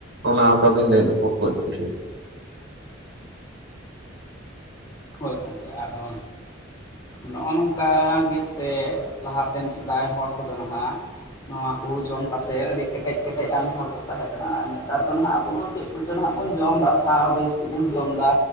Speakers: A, on the right (about 65°); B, on the left (about 20°).
A: ᱚᱱᱟ ᱚᱠᱟᱵᱤᱱ ᱞᱟᱹᱭᱮᱫ ᱫᱚ ᱯᱩᱰ ᱠᱚᱜ <unintelligible>
B: ᱦᱳᱭ ᱜᱚᱝᱠᱮ ᱟᱫᱚ ᱱᱚᱜᱼᱚ ᱱᱚᱝᱠᱟ ᱜᱮᱛᱮ ᱞᱟᱦᱟᱛᱮᱱ ᱥᱮᱫᱟᱭ ᱦᱚᱲ ᱠᱚᱫᱚ ᱱᱟᱦᱟᱸᱜ ᱾ ᱱᱚᱣᱟ ᱠᱩ ᱡᱚᱢ ᱠᱟᱛᱮᱜ ᱟᱹᱰᱤ ᱠᱮᱴᱮᱡ ᱠᱮᱴᱮᱡ ᱟᱱ ᱦᱚᱲ ᱠᱚ ᱛᱟᱦᱮᱸ ᱠᱟᱱᱟ ᱟᱨ ᱱᱮᱛᱟᱨ ᱫᱚ ᱱᱟᱦᱟᱸᱜ ᱟᱵᱩ <unintelligible> ᱱᱟᱦᱟᱜ ᱵᱚᱱ ᱡᱚᱢ ᱮᱫᱟ ᱥᱟᱨ ᱵᱮᱥ ᱠᱚᱵᱚᱱ ᱡᱚᱢ ᱮᱫᱟ